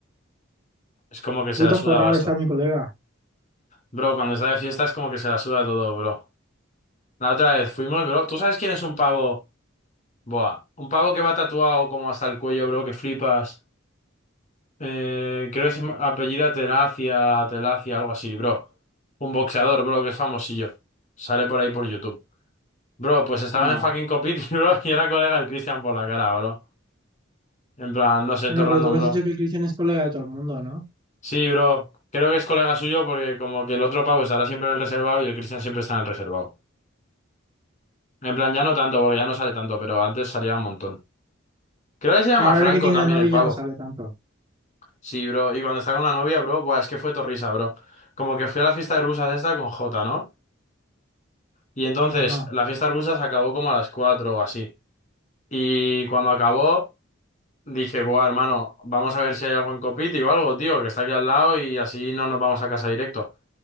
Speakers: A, on the left; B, on the right.
A: Es como que se
B: puto
A: la suda
B: forrado
A: basto.
B: está mi colega,
A: Bro, cuando está de fiesta es como que se la suda todo, bro. La otra vez fuimos, bro. ¿Tú sabes quién es un pavo? Boa. Un pavo que va tatuado como hasta el cuello, bro, que flipas. Eh, creo que se llama- apellida Telacia, Telacia, algo así, bro. Un boxeador, bro, que es famosillo. Sale por ahí por YouTube. Bro, pues estaba
B: no,
A: en fucking Copiti, <laughs> bro, y era colega del Cristian por la cara, bro. En plan, no sé,
B: bueno,
A: todo
B: pero
A: random,
B: tú me has
A: bro.
B: dicho que el Cristian es colega de todo el mundo, ¿no?
A: Sí, bro. Creo que es colega suyo porque como que el otro Pau estará siempre en el reservado y el Cristian siempre está en el reservado. En plan, ya no tanto, porque ya no sale tanto, pero antes salía un montón. Creo que se llama
B: Ahora
A: Franco
B: que tiene
A: también
B: novia
A: el
B: ya
A: pavo.
B: no sale tanto,
A: Sí, bro. Y cuando está con la novia, bro, buah, es que fue torrisa, bro. Como que fui a la fiesta de rusas esta con Jota, ¿no? Y entonces,
B: ajá,
A: la fiesta de rusas acabó como a las 4 o así. Y cuando acabó, dije, buah, hermano, vamos a ver si hay algo en Copiti o algo, tío, que está aquí al lado y así no nos vamos a casa directo.